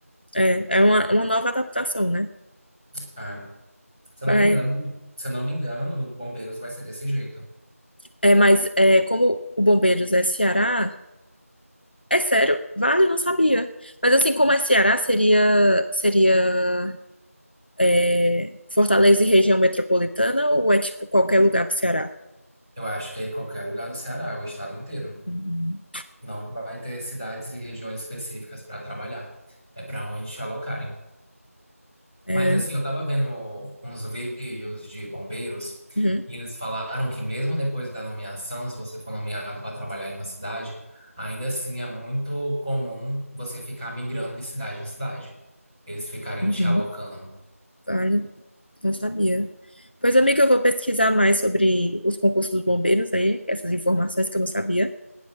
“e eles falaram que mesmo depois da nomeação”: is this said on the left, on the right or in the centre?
Right